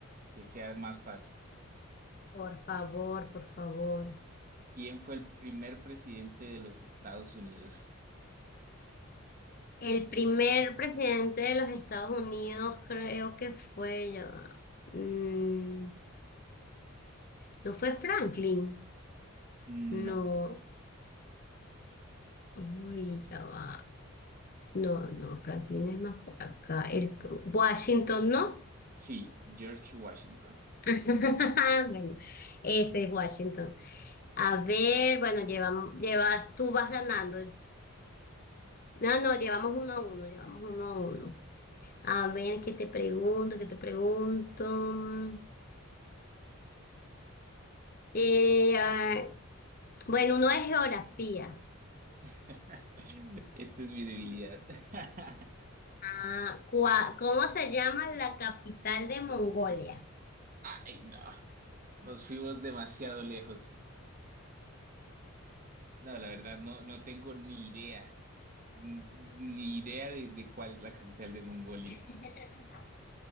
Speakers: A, on the right; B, on the left.
A: que sea más fácil.
B: por favor, por favor.
A: ¿Quién fue el primer presidente de los Estados Unidos?
B: El primer presidente de los Estados Unidos creo que fue, ya va, mm, no fue Franklin,
A: No.
B: no, uy, ya va. No, no, Franklin es más por acá. El- Washington, ¿no?
A: Sí, George Washington.
B: <laughs> Bueno, ese es Washington. A ver, bueno, llevamos, llevas, tú vas ganando. No, no, llevamos uno a uno, llevamos uno a uno. A ver, ¿qué te pregunto? ¿Qué te pregunto? Eh, ah, bueno, uno es geografía.
A: <laughs> Esta es mi debilidad. <laughs>
B: Ah, cua- ¿cómo se llama la capital de Mongolia?
A: Ay, no. Nos fuimos demasiado lejos. No, la verdad, no, no tengo ni idea. N- Ni idea de, de cuál es la capital de Mongolia.
B: <laughs>